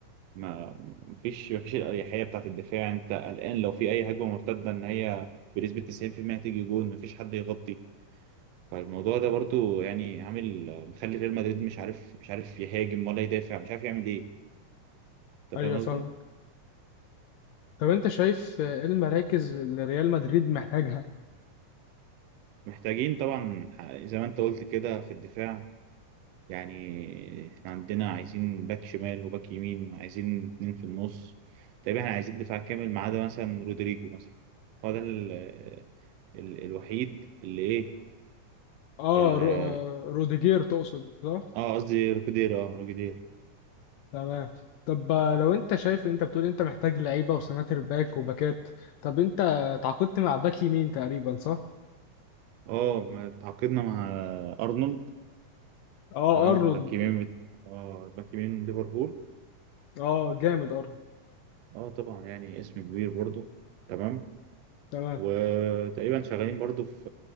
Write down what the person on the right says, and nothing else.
ما مفيش مفيش الأريحية بتاعت الدفاع أنت قلقان لو في أي هجمة مرتدة إن هي بنسبة 90% تيجي جون مفيش حد يغطي فالموضوع ده برضو يعني عامل مخلي ريال مدريد مش عارف مش عارف يهاجم ولا يدافع مش عارف يعمل إيه أنت
فاهم
قصدي؟
محتاجين طبعا ح- زي ما أنت قلت كده في الدفاع يعني إحنا عندنا عايزين باك شمال وباك يمين عايزين اتنين في النص طيب إحنا عايزين دفاع كامل ما عدا مثلا رودريجو مثلا هو ده ال- ال- الوحيد اللي
إيه
اه قصدي روكيدير اه روكيدير
اه اه ما تعاقدنا مع ارنولد
تمام
باك يمين بت... اه باك يمين من ليفربول
اه طبعا يعني اسم كبير برضو تمام
وتقريبا شغالين برضو في